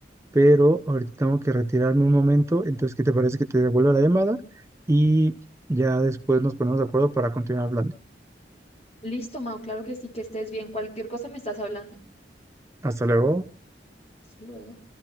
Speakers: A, on the right (about 15°); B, on the left (about 40°).
A: pero ahorita tengo que retirarme un momento, entonces ¿qué te parece que te devuelva la llamada? Y ya después nos ponemos de acuerdo para continuar hablando.
B: Listo, Mau, claro que sí, que estés bien, cualquier cosa me estás hablando.
A: Hasta luego.
B: Hasta luego.